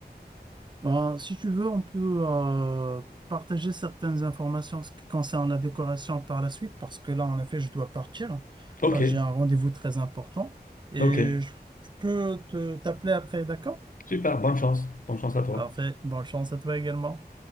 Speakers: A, on the right; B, on the left.
A: Ben, si tu veux, on peut euh, partager certaines informations en ce qui concerne la décoration par la suite, parce que là, en effet, je dois partir.
B: Ok,
A: Euh, j'ai un rendez-vous très important et
B: ok.
A: je, je peux te t'appeler après, d'accord?
B: Super, bonne chance. Bonne chance à toi.
A: Parfait. Bonne chance à toi également.